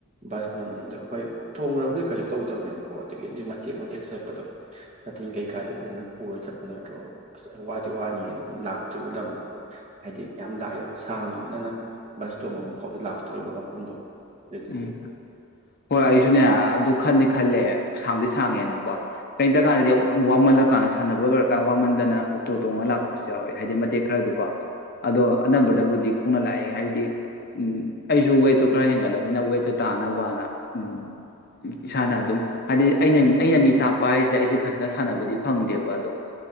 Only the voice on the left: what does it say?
ꯎꯝ ꯍꯣꯏ ꯑꯩꯖꯨꯅꯦ ꯑꯗꯨ ꯈꯟꯗꯤ ꯈꯜꯂꯦ꯫ ꯁꯥꯡꯗꯤ ꯁꯥꯡꯉꯦꯅꯀꯣ ꯀꯔꯤꯝꯇ ꯀꯥꯟꯅꯗꯦ ꯋꯥꯃꯜꯂ ꯀꯥꯟꯗ ꯁꯥꯟꯅꯕ ꯂꯣꯏꯔꯀꯥꯟꯗ ꯋꯥꯃꯟꯗꯅ ꯑꯣꯛꯇꯣ ꯇꯣꯡꯉꯒ ꯂꯥꯛꯄꯁꯨ ꯌꯥꯎꯋꯦ ꯍꯥꯏꯗꯤ ꯃꯇꯦꯛ ꯈꯔꯗꯀꯣ ꯑꯗꯣ ꯑꯅꯝꯕꯅꯕꯨꯗꯤ ꯈꯣꯡꯅ ꯂꯥꯛꯑꯦ ꯍꯥꯏꯗꯤ ꯎꯝ ꯑꯩꯖꯨ ꯋꯦꯠꯇꯨ ꯈꯔ ꯍꯦꯟꯒꯠꯂꯒ ꯑꯣꯏꯅ ꯋꯦꯠꯇ ꯇꯥꯅꯕꯅ ꯎꯝ ꯏꯁꯥꯅ ꯑꯗꯨꯝ ꯍꯥꯏꯗꯤ ꯑꯩꯅ ꯑꯩꯅ ꯃꯤ ꯇꯥꯛꯄ ꯍꯥꯏꯖꯦ ꯑꯩꯖꯦ ꯐꯖꯅ ꯁꯥꯟꯅꯕꯗꯤ ꯐꯪꯗꯦꯕ ꯑꯗꯨꯝ